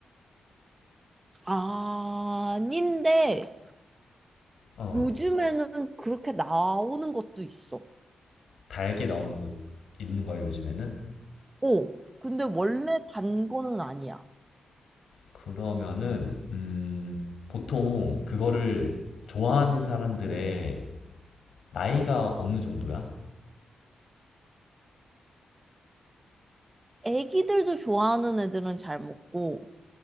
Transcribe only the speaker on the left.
어,
달게 나오는 곳 있는 거야, 요즘에는?
그러면은, 음, 보통 그거를 좋아하는 사람들의 나이가 어느 정도야?